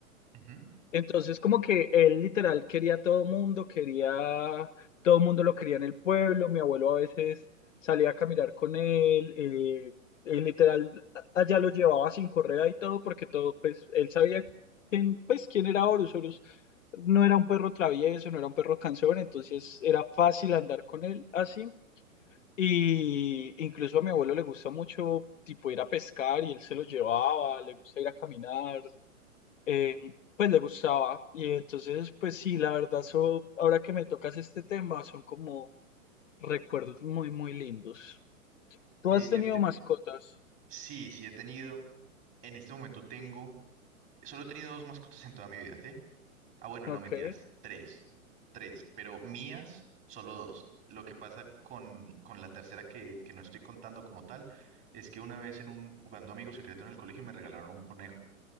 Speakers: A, on the right (about 30°); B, on the left (about 60°).
A: ujú.
B: Entonces, como que él literal quería a todo mundo, quería, todo mundo lo quería en el pueblo, mi abuelo a veces salía a caminar con él, eh, él literal a- allá lo llevaba sin correa y todo, porque todo, pues, él sabía quién, pues, quién era Horus, Horus no era un perro travieso, no era un perro cansón, entonces era fácil andar con él así, y incluso a mi abuelo le gusta mucho, tipo, ir a pescar, y él se lo llevaba, le gusta ir a caminar, eh, pues le gustaba. Y entonces, pues sí, la verdad, so- ahora que me tocas este tema, son como recuerdos muy, muy lindos. ¿Tú
A: Eh,
B: has
A: yo-
B: tenido
A: yo-
B: mascotas?
A: sí, sí he tenido. En este momento tengo. Solo he tenido dos mascotas en toda mi vida, ¿sí? Ah, bueno,
B: Ok,
A: no mentiras. Tres. Tres. Pero mías, solo dos. Lo que pasa con, con la tercera que, que no estoy contando como tal es que una vez en un jugando Amigo Secreto en el colegio me regalaron un conejo.